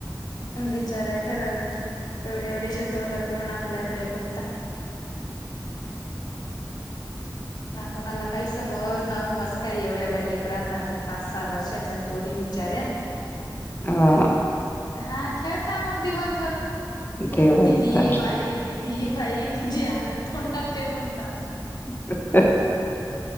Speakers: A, on the left; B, on the left.
A: विचारा खरच ना एवढे एवढेश तोंड करून आपल्याकडे बघता. ना कोणाला काही समज ना ऊमज काय एवढ्या एवढ्या लेकरांना त्या पाच, सहा वर्षाच्या पोरी बिचाऱ्या. <inaudible>
B: हा.
A: हा खेळता मग दिवसभर
B: देवाचं
A: दिदी बाई. दीदी बाई जे आलत उणटात तेमणंतव.
B: <inaudible>